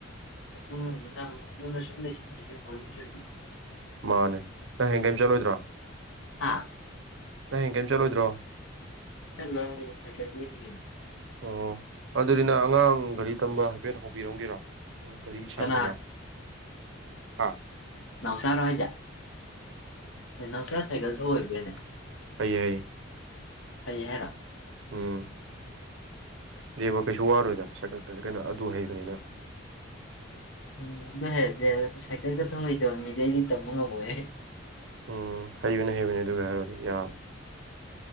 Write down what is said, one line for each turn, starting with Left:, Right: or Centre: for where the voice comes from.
Left: ꯆꯠꯅꯤꯡꯕꯁꯤꯅ ꯑꯃꯨꯛ ꯌꯨꯝꯗ ꯁꯨꯝ ꯂꯩꯁꯤꯟꯕꯁꯨ ꯍꯣꯂꯤ ꯁꯣꯏ
Right: ꯃꯥꯅꯦ ꯅꯪ ꯍꯦꯟ ꯀꯩꯝ ꯆꯠꯂꯣꯏꯗ꯭ꯔꯥ
Left: ꯍꯥꯥ
Right: ꯅꯪ ꯍꯌꯦꯡ ꯀꯔꯤꯝ ꯆꯠꯂꯣꯏꯗ꯭ꯔꯣ
Left: ꯒꯅ <unintelligible>
Right: ꯑꯣ ꯑꯗꯨꯗꯤ ꯅ ꯑꯉꯥꯡ ꯒꯥꯔꯤ ꯇꯝꯕ ꯍꯥꯏꯐꯦꯠ ꯍꯧꯕꯤꯔꯝꯒꯦꯔꯣ ꯄꯨꯡ ꯀꯔꯤ ꯁꯪꯒꯗ꯭ꯔꯥ
Left: ꯀꯅꯥ
Right: ꯍꯥꯥ
Left: ꯅꯧꯁꯥꯔ ꯍꯥꯏ ꯍꯥꯏꯖ ꯑꯦ ꯅꯅꯥꯎꯁꯥ ꯁꯥꯏꯀꯜ ꯊ ꯍꯩꯏꯕ꯭ꯔꯥꯅꯦ
Right: ꯍꯩ ꯍ
Left: ꯍꯩ ꯍꯥꯏꯔꯥ
Right: ꯎꯝ ꯕꯀꯦ <unintelligible> ꯖꯨꯋꯥꯔ ꯑꯣꯏꯅ ꯁꯥꯏꯀꯠ ꯀꯩꯅꯣ ꯑꯗꯨ ꯍꯩꯕꯅꯤꯅ
Left: ꯎꯝꯗ ꯍꯦ ꯁꯥꯏꯀꯦꯜ ꯀꯊ ꯍꯇꯥꯕ ꯃꯤ ꯂꯩꯔꯤ ꯇ ꯃ ꯉꯃꯦ
Right: ꯎꯝ ꯍꯩꯕꯤꯅꯦ ꯍꯩꯕꯤꯅꯦ ꯑꯗꯨꯒ ꯍꯥꯏꯔꯗꯤ ꯌꯥꯝ